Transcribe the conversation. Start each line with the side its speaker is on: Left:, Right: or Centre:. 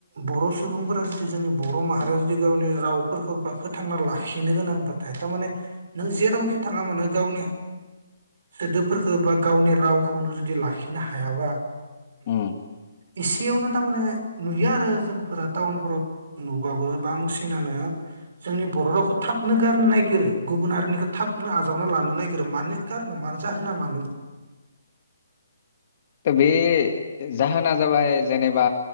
Right: बर' सुबुंफोरा जोंनि बर' माहारिया जुदि गावनि रावफोरखौ बा फोथांना लाखिनो गोनांबाथाय थारमाने नों जेरावखि थाङा मानो गावनि सोदोबफोरखौ बा गावनि रावखौनो जुदि लाखिनो हायाबा
Left: उम
Right: इसेयावनो थारमाने नुयो आरो जोंफोरा टाउनफोराव नुबाबो बांसिनानो जोंनि बर' रावखौ थाबनो गारनो नागिरो गुबुन हारिनिखो थाबनो आजावना लानो नाय बिसोर मानो गारनो मानो जाहोना मानो?
Left: थ' बे जाहोना जाबाय जेनेबा